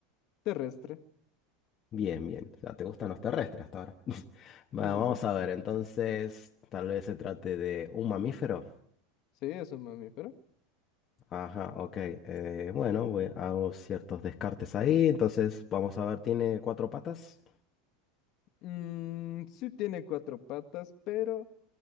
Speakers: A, on the left (about 50°); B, on the left (about 35°).
A: Terrestre.
B: Bien, bien. O sea, te gustan los terrestres hasta ahora. <laughs> Va,
A: Sí, sí,
B: vamos
A: sí.
B: a ver, entonces, tal vez se trate de un mamífero.
A: Sí, es un mamífero.
B: Ajá, ok. eh, bueno, voy- hago ciertos descartes ahí. Entonces, vamos a ver, ¿tiene cuatro patas?
A: Mm, sí tiene cuatro patas, pero